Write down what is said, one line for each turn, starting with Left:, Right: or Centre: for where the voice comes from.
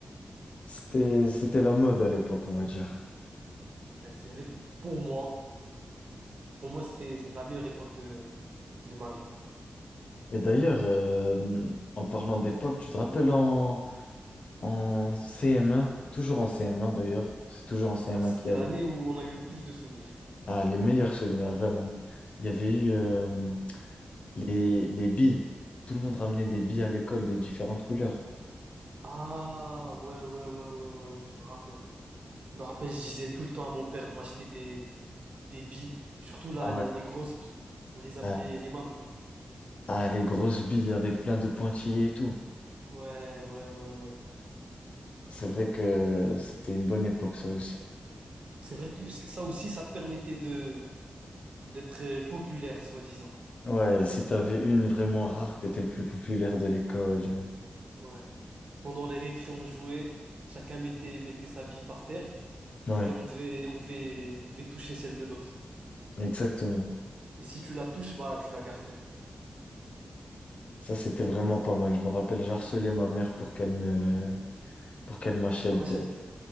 Left: c'était, c'était la mode à l'époque, on va dire.
Right: Ouais, c'est vrai que pour moi, pour moi, c'était, c'était la meilleure époque de, de ma vie.
Left: Et d'ailleurs, euh, en parlant d'époque, tu te rappelles en, en CM1, toujours en CM1 d'ailleurs, c'est toujours en CM1
Right: Ouais, C'était
Left: qu'il y
Right: l'année
Left: a
Right: où on a eu le plus de souvenirs.
Left: Ah, les meilleurs souvenirs, vraiment. Il y avait eu euh, les, les billes. Tout le monde ramenait des billes à l'école de différentes couleurs.
Right: Ah, ouais, ouais, ouais, ouais, ouais, ouais, je me rappelle. Je me rappelle, je disais tout le temps à mon père de m'acheter des, des billes, surtout là,
Left: Ah
Right: les,
Left: ouais.
Right: les grosses billes. On les appelait
Left: Ah,
Right: les mammouths.
Left: ah, les grosses billes avec plein de pointillés et tout.
Right: Ouais, ouais, ouais, ouais.
Left: C'est vrai que c'était une bonne époque, ça aussi.
Right: C'est vrai que ça aussi, ça te permettait de d'être euh, populaire, soi-disant.
Left: Ouais, si t'avais une vraiment rare, t'étais le plus populaire de l'école.
Right: Ouais. Pendant les récré, on jouait, chacun mettait, mettait sa bille par terre
Left: Ouais,
Right: et on devait, on devait, on devait toucher celle de l'autre.
Left: exactement.
Right: Et si tu la touches, bah, tu la gardais
Left: Ça, c'était vraiment pas mal. Je me rappelle, j'harcelais ma mère pour qu'elle me, pour qu'elle m'achète
Right: pour qu'elle t'en achète.
Left: des,